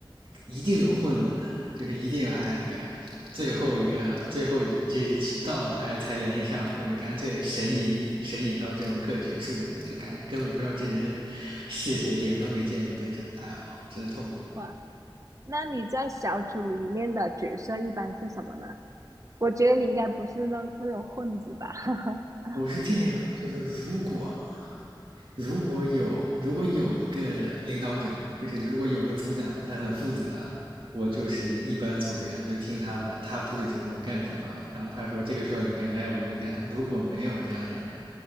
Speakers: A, on the right; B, on the right.
A: 一定有混子，就是一定有哎这个最后一个最后这日期到了哎才联系上，或者干脆神隐一神隐到这门课结束的，就感根本不知道这人是谁，脸都没见过这种，哎呀，真的痛苦。
B: 哇，那你在小组里面的角色一般是什么呢？我觉得你应该不是那那种混子吧？<laughs>
A: 我是这样，就是如果如果有如果有一个领导者，就是如果有个组长，他很负责，我就是一班组员，我就听他的，他布置什么我干什么。然后他说这个需要你干，哎，我就去干。如果没有这样的人，